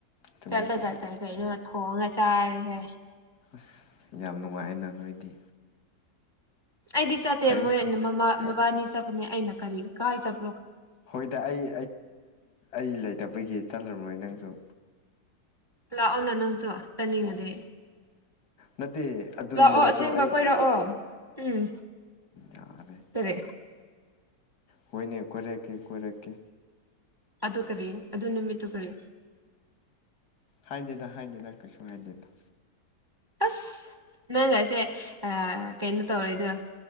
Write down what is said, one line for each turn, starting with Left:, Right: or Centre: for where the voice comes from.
Left: ꯆꯨꯝꯃꯦ
Right: ꯆꯠꯂꯒ
Left: ꯆꯨꯝꯃꯦ
Right: ꯀꯩ ꯀꯩꯅꯣ ꯊꯣꯡꯉꯒ ꯆꯥꯔꯦꯍꯦ
Left: ꯑꯁ ꯌꯥꯝ ꯅꯨꯡꯉꯥꯏ ꯅꯨꯡꯉꯥꯏꯅ ꯅꯣꯏꯗꯤ
Right: ꯑꯩꯗꯤ ꯆꯠꯇꯦ
Left: ꯐꯩ
Right: ꯃꯣꯏ
Left: ꯐꯩ
Right: ꯃꯃꯥ ꯕꯕꯥꯅꯤ ꯆꯠꯄꯅꯦ ꯑꯩꯅ ꯀꯔꯤ ꯀꯥꯏ ꯆꯠꯄ
Left: ꯍꯣꯏꯗ ꯑꯩ ꯑꯩ ꯂꯩꯇꯕꯒꯤ ꯆꯠꯂ꯭ꯔꯣꯏ ꯅꯪꯁꯨ
Right: ꯂꯥꯛꯑꯣꯅ ꯅꯪꯁꯨ ꯆꯠꯅꯤꯡꯉꯗꯤ
Left: ꯅꯠꯇꯦ ꯑꯗꯨ
Right: ꯂꯥꯛꯑꯣ
Left: ꯅꯨꯃꯤꯠꯇꯣ
Right: ꯑꯁꯦꯡꯕ
Left: ꯑꯩ
Right: ꯀꯣꯏꯔꯛꯑꯣ ꯎꯝ
Left: ꯌꯥꯔꯦ
Right: ꯁꯔ
Left: ꯍꯣꯏꯅꯦ ꯀꯣꯏꯔꯛꯀꯦ ꯀꯣꯏꯔꯛꯀꯦ
Right: ꯑꯗꯨ ꯀꯔꯤ ꯑꯗꯨ ꯅꯨꯃꯤꯠꯇꯨ ꯀꯔꯤ
Left: ꯍꯥꯏꯗꯦꯗ ꯍꯥꯏꯗꯦꯗ ꯀꯩꯁꯨ ꯍꯥꯏꯗꯦꯗ
Right: ꯑꯁ ꯅꯪꯒꯁꯦ ꯀꯩꯅꯣ ꯇꯧꯔꯣꯏꯗꯣ